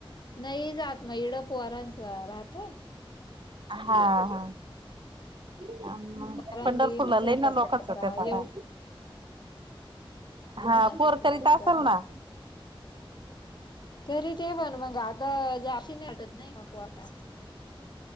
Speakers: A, on the left; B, on the right.
A: नाही जात मग इड पवारांच राहतय.
B: हा, हा. हा म,
A: पोरांली
B: पंढरपूरला
A: मग
B: <unintelligible>
A: स्वयंपाक
B: ना लोकच
A: करायचा
B: देता
A: एवढ
B: का हा, पोर
A: तिकडे
B: करीत असंल
A: जातात.
B: ना?
A: तरी ते पण मग, आता <unintelligible> वाटत नको आता.